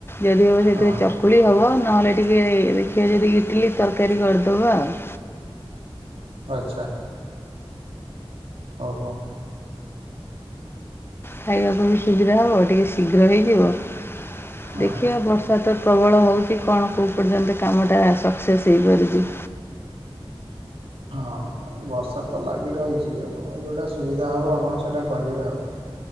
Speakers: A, on the left; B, on the right.
A: ଯଦି ହବ ସେଥିରେ
B: ହଁ
A: ଚ ଚକୁଳି ହବ ନହେଲେ ଟିକେ ଦେଖିବା ଯଦି ଇଟିଲି ତରକାରୀ କରିଦବା ଆଉ।
B: ଆଚ୍ଛା। ଓ ହୋ।
A: ଖାଇବାକୁ ବି ସୁବିଧା ହବ ଟିକେ ଶୀଘ୍ର ହେଇଯିବ ଦେଖିବା
B: ହଁ।
A: ବର୍ଷା ବର୍ଷା ତ ପ୍ରବଳ ହଉଛି କଣ କୋଉ ପର୍ଯ୍ୟନ୍ତ କାମଟା ସକ୍ସେସ୍ ହେଇପାରୁଛି।
B: ହଁ ବର୍ଷା ତ ଲାଗି ରହିଛି ଆପଣ ଯେଉଁଟା ସୁବିଧା ହେବ ଆପଣ ସେଇଟା କରିବେ ଆଉ।